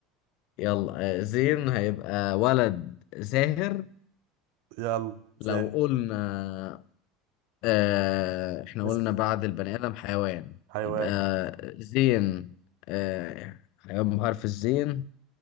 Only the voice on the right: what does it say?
يلا زين
اسم
حيوان